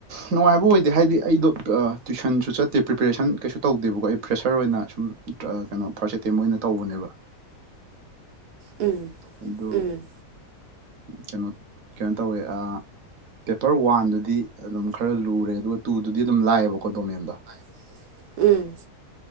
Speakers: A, on the right; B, on the right.
A: ꯅꯨꯡꯉꯥꯏꯕ ꯑꯣꯏꯗꯦ ꯍꯥꯏꯗꯤ ꯑꯩꯗꯣ ꯇ꯭ꯋꯨꯏꯁꯟꯁꯨ ꯆꯠꯇꯦ ꯄ꯭ꯔꯤꯄꯦꯔꯦꯁꯟ ꯀꯩꯁꯨ ꯇꯧꯗꯦꯕꯀꯣ ꯑꯩ ꯄ꯭ꯔꯦꯁꯔ ꯑꯣꯏꯅ ꯁꯨꯝ ꯀꯩꯅꯣ ꯐꯥꯔꯁ ꯑꯦꯇꯦꯝ ꯑꯣꯏꯅ ꯇꯧꯕꯅꯦꯕ
B: ꯎꯝ
A: ꯑꯗꯨ
B: ꯎꯝ
A: ꯀꯩꯅꯣ ꯀꯩꯅꯣ ꯇꯧꯋꯦ ꯑ ꯄꯦꯄꯔ ꯋꯥꯟꯗꯨꯗꯤ ꯑꯗꯨꯝ ꯈꯔ ꯂꯨꯔꯦ ꯑꯗꯨꯒ ꯇꯨꯗꯨꯗꯤ ꯑꯗꯨꯝ ꯂꯥꯏꯌꯦꯕꯀꯣ ꯗꯣꯃꯦꯟꯗꯣ
B: <inaudible> ꯎꯝ